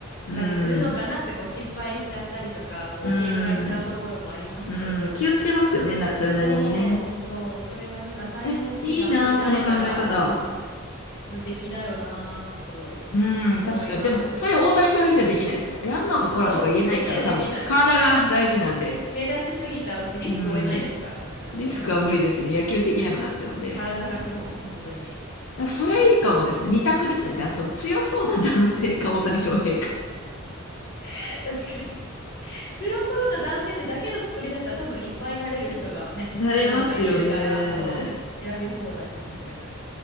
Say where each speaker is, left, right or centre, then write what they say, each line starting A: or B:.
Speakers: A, on the left (about 80°); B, on the left (about 50°).
A: うん、
B: たりするのかなってこう心配しちゃったりとか、こう警戒しちゃうところもありますけど、
A: うん、うん。気をつけますよね、な、それなりにね。
B: そうそう、それがね、がたいの大きい男性になれたら、
A: え、いいな、その考え方。
B: うん、無敵だよなーってすごい思います。
A: うん、確かに。でも、それを大谷翔平じゃできないですよ。やんのかコラとか言えないから、
B: あそう、できないできない。
A: 多分、体が大事なんで。
B: 目だ、目立ちすぎちゃうし、リスクを負えないですからね、
A: うん。
B: 大谷翔平は。
A: リスクは無理ですね。野球できなくなっちゃうんで。
B: 体が資本、本当に。
A: あそれいいかもですね。二択ですね。じゃあ、その強そうな男性か大谷翔平か。
B: <laughs> 確かに強そうな男性ってだけのくくりだったら多分いっぱいなれる人がね、
A: なれますよね。
B: 世の中にいるから、そう、選び放題かもしれない。